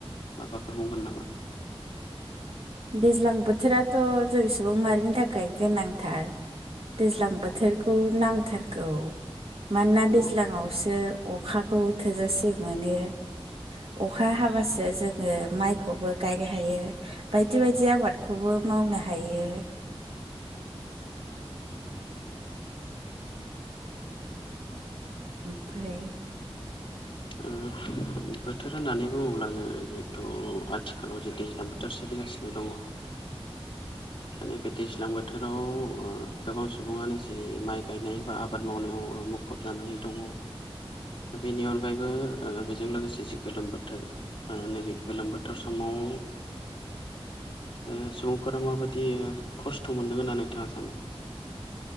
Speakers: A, on the left; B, on the right.
A: माबाफोर बुंगोन नामा?
B: दैज्लां बोथोराथ' जों सुबुं माहारिनि थाखाय गोनांथार दैज्लां बोथोरखौ नांथारगौ मानोना दैज्लांआवसो
A: औ
B: अखाखौ थोजासे मोनो अख अखा हाबासो जोङो माइखौबो गायनो हायो बायदि बायदि आबादखौबो मावनो हायो ओमफ्राय
A: ओ बोथोर होननानै बुङोब्ला जोङो जिहेथु आथिखालाव जे दैज्लां बोथोर सोलि सोलिगासिनो दङ नैबे दैज्लां बोथोराव गोबां सुबुङानो जि माइ गायनाय बा आबाद मावनायाव मुखुब जानानै दङ बेनि अनगायै बेजों लोगोसे जि गोलोम बोथोर ओ नैबे गोलोम बोथोर समाव <inaudible> ओ सुबुंफोरा माबायदि खस्थ' मोनदों होनना नोंथाङा सानो? <inaudible>